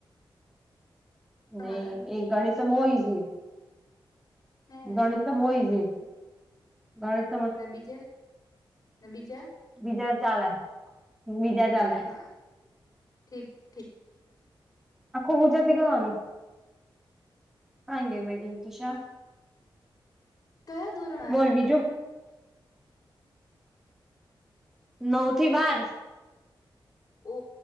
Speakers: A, in the centre; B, on the left.
A: નહ
B: વાળાના
A: એ ગણિત તો બહુ ઈઝી.
B: હે
A: ગણિત તો બો ઈઝી પણ
B: નબીજા નબીજા.
A: બીજા ચાલે, બીજા
B: હા
A: ચાલે
B: હા ઠીક. ઠીક
A: આખો હું જાતી ગવાનું આ એ ગે મેગી તુ શા-
B: કયા ધોરણ
A: બોલ બીજું, નવ થી બાર.
B: ઓ